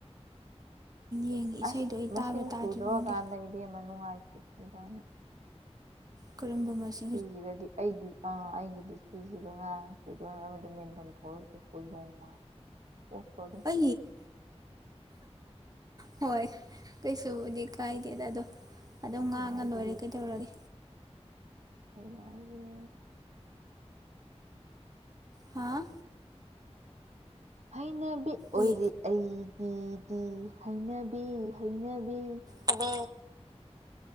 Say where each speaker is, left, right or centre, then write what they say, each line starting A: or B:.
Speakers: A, on the right; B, on the right.
A: ꯌꯦꯡꯒꯦ ꯏꯁꯩꯗꯣ
B: ꯑꯁ
A: ꯑꯩ
B: ꯃꯁꯤꯡ
A: ꯇꯥꯕ꯭ꯔꯥ ꯇꯥꯗ꯭ꯔꯤꯕ
B: ꯁꯨꯗꯣꯔꯀꯥꯟꯗ
A: ꯈꯪꯗꯦ
B: ꯏꯕꯦꯝꯅ ꯅꯨꯡꯉꯥꯏꯇꯦ ꯕꯕꯥꯅ
A: ꯀꯔꯝꯕ ꯑꯁꯤ
B: ꯁꯤꯁꯤꯒꯗꯤ ꯑꯩꯒꯤ ꯑ ꯑꯩꯒꯤꯗꯤ ꯁꯤꯁꯤꯒ ꯉꯥ ꯁꯗꯣꯏꯅꯕꯗ ꯃꯦꯟꯐꯝ ꯊꯣꯛꯔꯛꯇꯦ ꯍꯣꯏꯔꯣꯡ ꯃꯥ ꯑꯣꯐꯗꫭ
A: <inaudible> ꯍꯣꯏ ꯀꯩꯁꯨꯕꯨꯗꯤ ꯀꯥꯏꯗꯦ ꯑꯗꯣ ꯑꯗꯨꯝ
B: ꯍꯩꯅꯕꯤ
A: ꯉꯥꯡꯉ ꯂꯣꯏꯔꯦ ꯀꯩꯗꯧꯔꯒꯦ
B: ꯀꯩꯍꯥꯏꯒ‌‌ꯦ
A: ꯍꯥꯥ
B: ꯍꯩꯅꯕꯤ ꯑꯣꯏꯔꯤ
A: ꯎꯏ
B: ꯑꯩꯒꯤꯗꯤ ꯍꯩꯅꯕꯤ ꯍꯩꯅꯕꯤ
A: ꯕꯤ